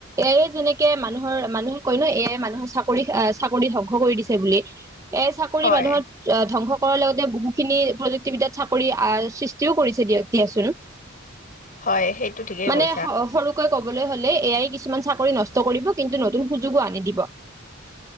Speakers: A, on the right (about 15°); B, on the left (about 40°).
A: এ আই যেনেকে মান মানুহৰ মানুহে কৈ ন এ আই মানুহৰ চাকৰি চাকৰি ধংস কৰি দিছে বুলি। এ চাকৰি
B: হয়।
A: মানুহত আহ ধ্বংস কৰাৰ লগতে বহুখিনি প্ৰযুক্তিবিদ্যাত চাকৰি আহ সৃষ্টি কৰিছে দিয়ক দিয়াচোন
B: হয় সেইটো ঠিকেই
A: মানে
B: কৈছা
A: সৰু কৈ কবলৈ হলে এয়াই কিছুমান চাকৰি নষ্ট কৰিব কিন্তু নতুন সুযোগো আনি দিব।